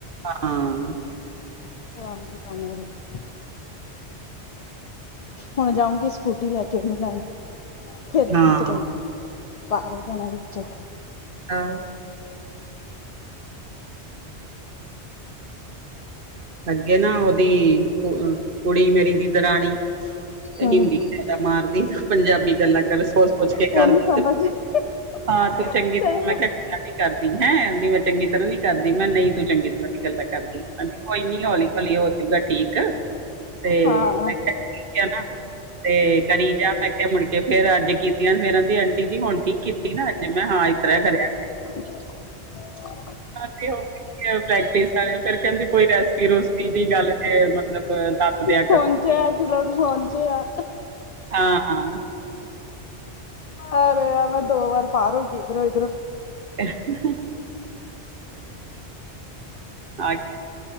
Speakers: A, on the right; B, on the left.
A: ਹਾਂ।
B: ਨਵਾਂ ਦੁਕਾਨਦਾਰ। ਹੁਣ ਜਾਊਂਗੀ। ਸਕੂਟੀ ਲੈ ਕੇ ਉਹਨੂੰ ਲੈਣ। ਫੇਿਰ
A: ਹਾਂ
B: ਠੀਕ ਰਹੂਗੀ। ਪਾਰ ਹੋ ਜਾਣਾ ਵਿੱਚੋਂ।
A: ਹਾਂ। ਅੱਗੇ ਨਾ ਉਹਦੀ ਕੁੜੀ। ਮੇਰੀ ਦੀ ਦਰਾਣੀ। ਤੇ
B: ਹਮ
A: ਹਿੰਦੀ ਜ਼ਿਆਦਾ ਮਾਰਦੀ। ਪੰਜਾਬੀ ਗੱਲਾਂ ਕਰ। ਸੋਚ- ਸੋਚ ਕੇ
B: ਉਹਨੂੰ
A: ਕਰਦੀ।
B: ਸਮਝ ਸਹੀ
A: ਹਾਂ। ਤੂੰ ਚੰਗੀ ਤਰ੍ਹਾਂ। ਮੈਂ
B: ਗੱਲ
A: ਕਿਹਾੱਲ ਨੀ ਕਰਦੀ। ਹੈਂ ਕਦੀ ਮੈਂ ਚੰਗੀ ਤਰ੍ਹਾਂ ਨੀ ਕਰਦੀ ਮੈਂ ਨਹੀਂ ਤੂੰ ਚੰਗੀ ਤਰ੍ਹਾਂ। ਗੱਲਾਂ ਕਰਦੀ। ਹਾਂਜੀ। ਕੋਈ ਨਹੀ। ਹੌਲੀ-ਹੌਲੀ ਜਾਵੇਗੀ। ਠੀਕ। ਤੇ
B: ਹਾਂ
A: ਮੈਂ ਕਿਹਾ। ਨਾ ਤੇ ਕਰੀ ਜਾ। ਮੈਂ ਕਿਹਾ। ਮੁੜ ਕੇ ਫੇਰ ਅੱਜ ਕੀਤੀਆਂ। ਫੇਰ ਕਹਿੰਦੀ ਆਂਟੀ ਜੀ ਹੁਣ ਠੀਕ ਕੀਤੀ। ਨਾ ਅ ਜੇ ਮੈਂ ਹਾਂ। ਇਸਤਰਰ ਕਰਰਿਆ।
B: ਹ।
A: ਹਾਂ ਤੇ ਹੋਰ ਪ੍ਰੈਕਟਿਸ ਆ। ਫਿਰ ਕਹਿੰਦੀ। ਕੋਈ ਰੈਸਪੀ ਰੂਸਪੀ ਦੀ ਗੱਲ ਤੇ ਮਤਲਬ ਦੱਸ। ਦਿਆ
B: ਪਹੁੰਚੇ
A: ਕਰੋ
B: ਆ। ਅਸੀਂ ਲੋਕ ਪਹੁੰਚੇ ਆ।
A: ਹਾਂ-ਹਾਂ।
B: ਅਰੇ ਆ ਮ ਦੋ ਵਾਰ ਪਾਰਗੀਰੋ
A: ਅ <unintelligible> ਹਾਂ